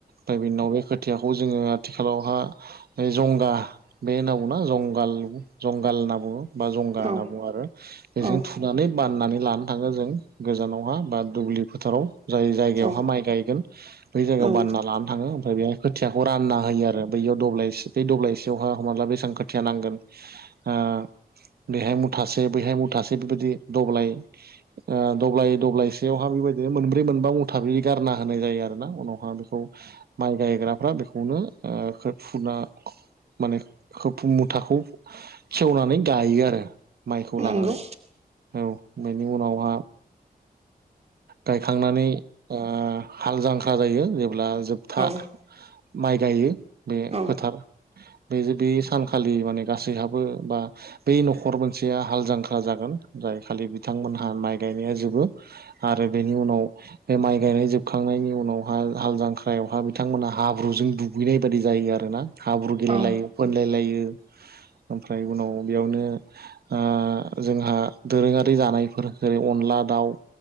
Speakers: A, on the right; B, on the right.
A: प्राइभेटनाव बे खोथियाखौ जोङो आथिखालावहा जंगा बे होनना बुङना जंगाल जंगाल होनना बुङो बा जंगा होनना
B: औ
A: बुङो आरो। बेजों
B: औ
A: थुनानै बाननानै लानो थाङो जों गोजानावहा बा दुब्लि फोथाराव। जाय जायगायावहा
B: औ
A: माइ गायगोन बै जायगायाव
B: औ
A: बानना लानो थाङो ओमफ्राय बेहाय। खोथियाखौ रानना होयो आरो बैयाव दब्लायसे बै दब्लायसेयावहा हमनाला बेसेबां खोथिया नांगोन। ओ बेैहाय मुथासे बैहाय मुथासे बेबायदि दब्लाय ओ दब्लाय दब्लायसेयावहा बेबायदिनो मोनब्रै मोनबा मुथा गारना होनाय जायो आरो ना उनावहा बेखौ माइ गायग्राफ्रा बेखौनो ओ खो- फुना माने खफ मुथाखौ खेवनानै गायो आरो माइखौ
B: नंगौ
A: लानानै। औ बेनि उनावहा गायखांनानै ओ हाल जांख्रा जायो जेब्ला जोबथा
B: औ
A: माइ गायो बे
B: औ
A: फोथार बे बे सानखालि माने गासैहाबो बा बै न'खर मोनसेया हाल जांख्रा जागोन जाय खालि बिथांमोनहा माइ गायनाया जोबो आरो बेनि उनाव बे माइ गायनाय जोबखांनायनि उनावहााय हाल जांख्रायावहाय बिथांमोनहा हाब्रुजों दुगैनाय बायदि जायो आरो ना। हाब्रु गेलेलायो
B: औ
A: फोनलाय लायो ओमफ्राय उनाव बेयावनो ओ जोंहा दोरोङारि जानायफोर जेरै अनला दाउ